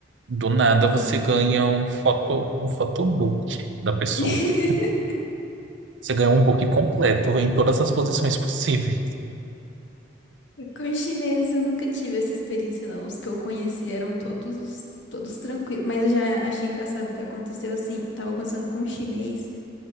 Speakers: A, on the right; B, on the left.
A: Do nada você
B: Uhum.
A: ganha um foto, um photobook da pessoa.
B: <laughs>
A: Você ganha um book completo em todas as posições possíveis.
B: Com os chineses eu nunca tive essa experiência, não. Os que eu conheci eram todos, todos tranquilos. Mas eu já achei engraçado o que aconteceu assim. Eu tava conversando com um chinês.